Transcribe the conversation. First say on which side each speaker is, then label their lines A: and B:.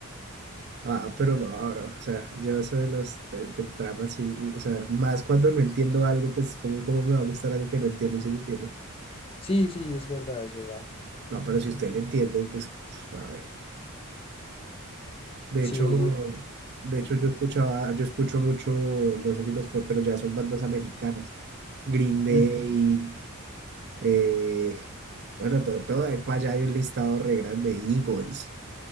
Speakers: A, on the right; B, on the left.
A: Ah, pero no, ahora, o sea, yo eso de los de, de tramas y, y, o sea, más cuando no entiendo algo, pues, ¿cómo, cómo me va a gustar algo que no entiendo, si me entiende?
B: Sí, sí, es verdad, es verdad.
A: No, pero si usted le entiende, pues, a ver. De
B: Sí.
A: hecho, de hecho, yo escuchaba, yo escucho mucho, no sé si los, co- pero ya son bandas americanas. Green Day,
B: <clears throat> Ujú.
A: eh, bueno, to- todo, ahí para allá hay un listado re grande, Eagles,